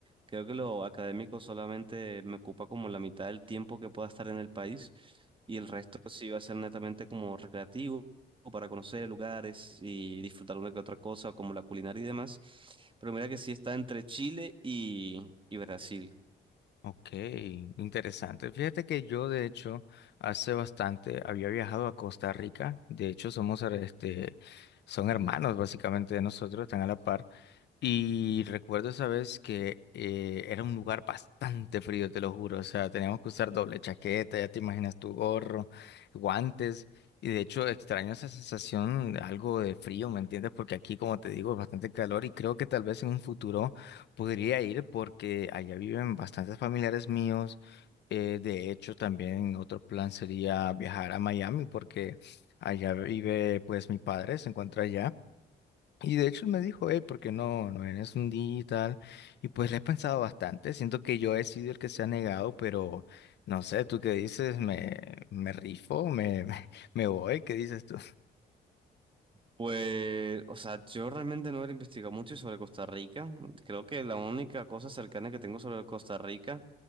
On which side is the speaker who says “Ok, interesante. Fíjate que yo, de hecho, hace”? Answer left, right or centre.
Left